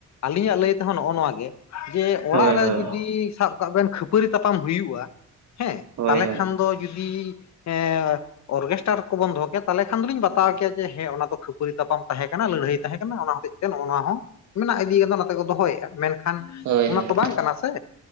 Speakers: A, on the left; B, on the right.
A: ᱟᱞᱤᱧᱟᱜ ᱞᱟᱹᱭ ᱛᱮᱦᱚᱸ ᱱᱚᱜ-ᱚ ᱱᱚᱣᱟ ᱜᱮ ᱡᱮ ᱚᱲᱟᱜ
B: ᱦᱳᱭ
A: ᱨᱮ
B: ᱦᱳᱭ
A: ᱡᱩᱫᱤ ᱥᱟᱵ ᱠᱟᱜ ᱵᱮᱱ ᱠᱷᱟᱹᱯᱟᱹᱨᱤ ᱛᱟᱯᱟᱢ ᱦᱩᱭᱩᱜ-ᱟ ᱦᱮᱸ,
B: ᱦᱳᱭ
A: ᱛᱟᱦᱞᱮ
B: ᱦᱳᱭ
A: ᱠᱷᱟᱱ ᱫᱚ ᱡᱩᱫᱤ ᱮᱸ ᱚᱨᱜᱮᱥᱴᱟᱨ ᱠᱚᱵᱚᱱ ᱫᱚᱦᱚ ᱠᱮᱭᱟ ᱛᱟᱦᱞᱮ ᱠᱷᱟᱱ ᱫᱩᱞᱤᱧ ᱵᱟᱛᱟᱣ ᱠᱮᱭᱟ ᱡᱮ ᱦᱮᱸ ᱚᱱᱟ ᱫᱚ ᱠᱷᱟᱹᱯ ᱯᱟᱹᱨᱤ ᱛᱟᱯᱟᱢ ᱛᱟᱦᱮᱸ ᱠᱟᱱᱟ, ᱞᱟᱹᱲᱦᱟᱹᱭ ᱛᱟᱦᱮᱸ ᱠᱟᱱᱟ ᱚᱱᱟ ᱦᱚᱛᱮᱡ ᱛᱮ ᱱᱚᱜ-ᱚ ᱱᱚᱣᱟ ᱦᱚᱸ ᱢᱮᱱᱟᱜ ᱤᱫᱤᱭ ᱠᱟᱫᱟ ᱚᱱᱟᱫᱚ ᱛᱮ ᱠᱚ ᱫᱚᱦᱚᱭᱮᱜ-ᱟ᱾ ᱢᱮᱱᱠᱷᱟᱱ
B: ᱦᱳᱭ
A: ᱚᱱᱟ
B: ᱦᱳᱭ
A: ᱛᱚ ᱵᱟᱝ ᱠᱟᱱᱟ ᱥᱮ᱾